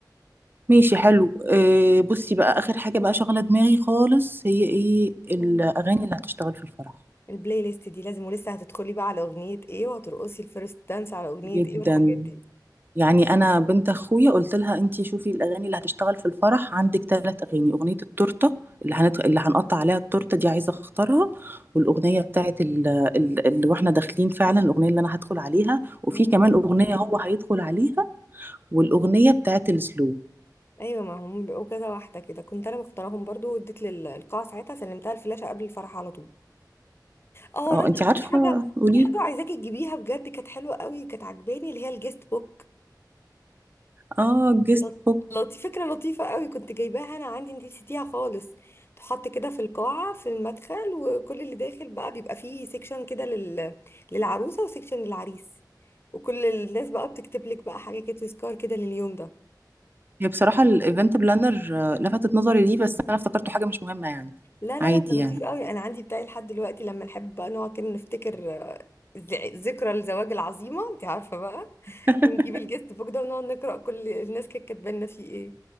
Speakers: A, on the right (about 30°); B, on the left (about 35°).
A: ماشي حلو إيه بصي بقى اخر حاجه بقى شغله دماغي خالص هي ايه الاغاني
B: مم.
A: اللي هتشتغل في الفرح
B: البلاي ليست دي لازم ولسه هتدخلي بقى على اغنية ايه وهترقصي الفيرست دانس على اغنية
A: جدا
B: ايه والحاجات دي
A: يعني انا بنت اخويا قلت لها انتي شوفي الاغاني اللي هتشتغل في الفرح عندك ثلاث اغاني اغنيه التورته اللي هنت... اللي هنقطع عليها التورته دي عايزه اختارها والاغنيه بتاعت ال... ال... اللي واحنا داخلين فعلا الاغنيه اللي انا هدخل عليها وفي
B: مم.
A: كمان اغنيه هو هيدخل عليها والاغنيه بتاعت السلو
B: ايوه ما هم بيبقوا كذا واحدة كده كنت انا مختارهم برضو واديت للقاعة ساعتها سلمتها الفلاشة قبل الفرح على طول اه
A: اه
B: رنا
A: انتي عارفه
B: في حاجة
A: قولي
B: في حاجة عايزاكي تجيبيها بجد كانت حلوة قوي كانت عجباني اللي هي الجيست بوك
A: اه جيست
B: لط-
A: بوك
B: لطي فكرة لطيفة قوي كنت جايباها انا عندي انتي نسيتيها خالص تحط كده في القاعة في المدخل وكل اللي داخل بقى بيبقى فيه سيكشن كده لل... للعروسة وسيكشن للعريس وكل الناس بقى بتكتب لك بقى حاجة كده تذكار كده لليوم ده
A: هي بصراحه الايفنت بلانر لفتت نظري ليه بس انا افتكرته حاجه مش مهمه يعني
B: لا لا
A: عادي
B: لا ده لطيف
A: يعني
B: قوي انا عندي بتاعي لحد دلوقتي لما نحب بقى نقعد كده نفتكر آه، ذ- ذكرى الزواج العظيمة انت عارفة بقى
A: <laughs>
B: نجيب الجست بوك ده ونقعد نقرأ كل الناس كانت كاتبانا فيه ايه